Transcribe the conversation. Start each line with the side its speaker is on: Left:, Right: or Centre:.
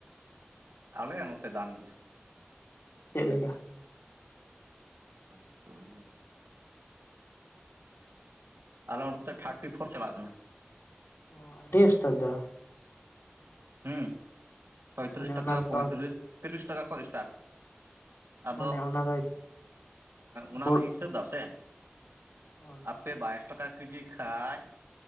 Right: ᱟᱞᱮᱭᱟᱜ ᱱᱚᱛᱮ ᱫᱟᱢ ᱜᱮᱭᱟ᱾
Left: ᱪᱮᱫ ᱞᱮᱠᱟ
Right: ᱟᱛᱚᱞ ᱟᱞᱮ ᱚᱱᱛᱮ ᱛᱷᱟᱨᱴᱤ ᱯᱷᱳᱨ ᱪᱟᱞᱟᱜ ᱠᱟᱱᱟ ᱾
Left: ᱚ ᱟᱰᱤ ᱩᱥᱛᱟᱨ ᱫᱚ᱾
Right: ᱦᱩᱸ ᱪᱷᱚᱭᱛᱨᱤᱥ
Left: ᱢᱟᱱᱮ
Right: ᱴᱟᱠᱟ
Left: ᱚᱱᱟ
Right: ᱴᱟᱠᱟ
Left: ᱫᱚ
Right: ᱯᱚᱸᱭᱛᱨᱤᱥ ᱛᱤᱨᱤᱥ ᱴᱟᱠᱟ ᱠᱚ ᱥᱴᱟᱨᱴ ᱟᱫᱚ
Left: ᱢᱟᱱᱮ ᱚᱱᱟ ᱫᱚ
Right: ᱚᱱᱟᱞᱤᱥ
Left: ᱵᱳᱰ
Right: ᱟᱹ ᱫᱟ ᱥᱮ
Left: ᱦᱳᱭ
Right: ᱟᱯᱮ ᱵᱟᱭᱤᱥ ᱴᱟᱠᱟ ᱠᱮᱡᱤ ᱠᱷᱟᱡ